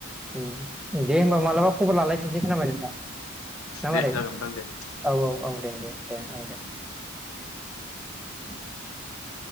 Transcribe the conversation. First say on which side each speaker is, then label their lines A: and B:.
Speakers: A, in the centre; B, on the left.
A: उम दे होनोमबा मालाबा खबर लालायफिनसै खोनाबाय नोंथां ना मारै
B: दे जागोन नोंथां दे
A: औ औ औ दे दे दे औ दे <inaudible>